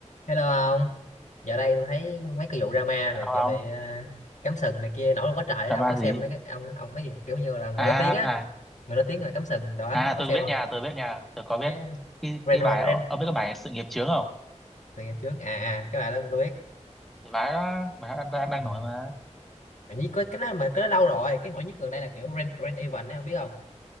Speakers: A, on the left; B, in the centre.
A: Hello ông, dạo đây tôi thấy mấy cái vụ drama
B: Sao
A: này kiểu
B: không
A: bị uh, cắm sừng này kia nổi lên quá trời,
B: drama
A: á. ông có xem
B: gì
A: mấy cái ông ông mấy gì kiểu như là người
B: à
A: nổi tiếng á, người nổi tiếng là cắm sừng đó,
B: à
A: ông có
B: tôi
A: xem
B: biết
A: không?
B: nha tôi biết nha tôi có biết
A: Cái
B: cái
A: Ren
B: cái
A: Ren
B: bài ông biết cái bài sự nghiệp chướng không
A: từ ngày trước, à à cái bà đó tôi biết.
B: cái bài đó bài đó đang đang đang
A: Ừ.
B: nổi mà
A: Mà Với cái cái đó mà cái đó lâu rồi, cái nổi nhất gần đây là kiểu Ren Ren Evan ấy, ông biết không?